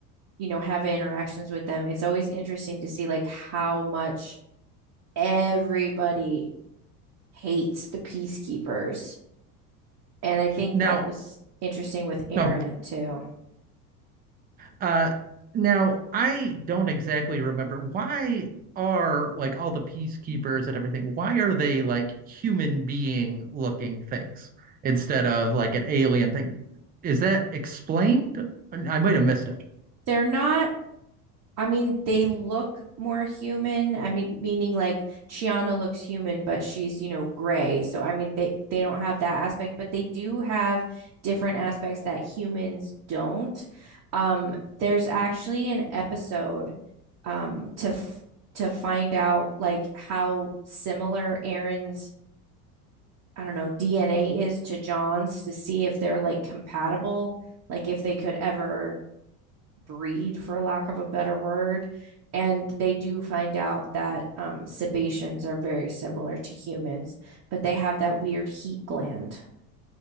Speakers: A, on the right; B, on the right.
A: you know, have interactions with them, it's always interesting to see like how much everybody hates the peacekeepers. And I think
B: Now,
A: that was interesting with Aaron
B: no,
A: too.
B: uh, now I don't exactly remember why are like all the peacekeepers and everything, why are they like human being looking things instead of like an alien thing? Is that explained? I might have missed it.
A: They're not I mean, they look more human. I mean, meaning like Chiana looks human, but she's, you know, gray. So I mean, they they don't have that aspect, but they do have different aspects that humans don't. Um, there's actually an episode um to f to find out like how similar Aaron's, I don't know, DNA is to John's to see if they're like compatible, like if they could ever breed, for lack of a better word. And they do find out that um, Sebaceans are very similar to humans, but they have that weird heat gland.